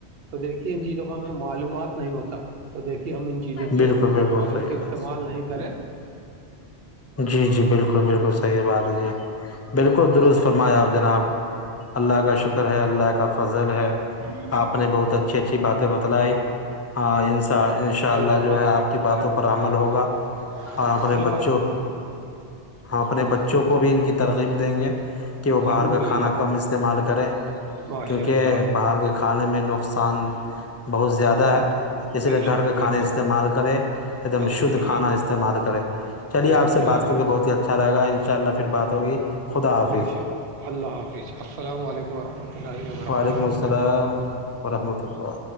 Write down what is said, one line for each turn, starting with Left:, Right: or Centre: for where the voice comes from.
Right: تو دیکھیے ان چیزوں کو ہمیں معلومات نہیں ہوتا تو دیکھیے ہم ان چیزوں سے
Left: بالکل بالکل سحی
Right: ان کے استعمال
Left: بات
Right: نہیں کریں
Left: جی جی بالکل بالکل صحیح بات ہے جی بالکل درست فرمایا آپ جناب اللہ کا شکر ہے اللہ کا فضل ہے
Right: ہاں
Left: اپ نے بہت اچھی اچھی باتیں بتائی ہاں انا ان شاء
Right: صحیح
Left: اللہ
Right: فرمایا
Left: جو ہے آپ
Right: بالکل
Left: کی باتوں
Right: صحیح فرمایا
Left: پر عمل
Right: آپ
Left: ہوگا
Right: نے جناب
Left: اور اپنے
Right: چلو
Left: بچوں ہم اپنے بچوں کو بھی ان کی ترغیب دیں گے کہ وہ باہر
Right: الحمد
Left: کا
Right: للہ
Left: کھانا کم استعمال کرے
Right: ماشاء
Left: کیونکہ
Right: اللہ
Left: باہر کے کھانے میں نقصان بہت زیادہ
Right: بہت
Left: ہے اس
Right: بے
Left: لیے گھر
Right: شک
Left: کے کھانے
Right: بے شک
Left: استعمال کرے ایک دم
Right: الحمد
Left: شدھ کھانا
Right: للہ
Left: استعمال کرے چلیے
Right: الحمد
Left: آپ سے
Right: للہ
Left: بات کر کے بہت ہی اچھا لگا ان شاء اللہ پھر بات ہوگی خدا حافظ
Right: بے شک اللہ حافظ السلام علیکم رحمۃ اللہ و برکاتہ
Left: وعلیکم السلام ورحمۃ اللہ